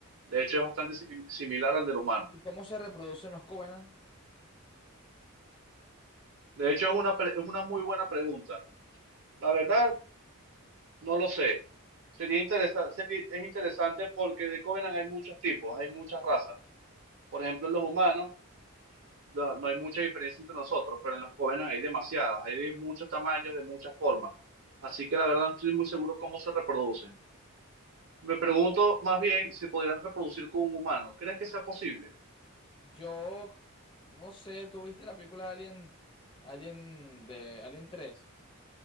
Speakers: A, on the right; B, on the left.
A: De hecho, es bastante sim- similar al del humano.
B: ¿Y cómo se reproducen los Covenant?
A: De hecho, es una, pre- es una muy buena pregunta. La verdad, no lo sé. Sería interesante, es interesante porque de Covenant hay muchos tipos, hay muchas razas. Por ejemplo, los humanos no, no hay mucha diferencia entre nosotros, pero en los Covenant hay demasiadas, hay de muchos tamaños, de muchas formas. Así que la verdad no estoy muy seguro cómo se reproducen. Me pregunto más bien si podrían reproducir con un humano. ¿Crees que sea posible?
B: Yo no sé, ¿tú viste la película de Alien, Alien de Alien 3?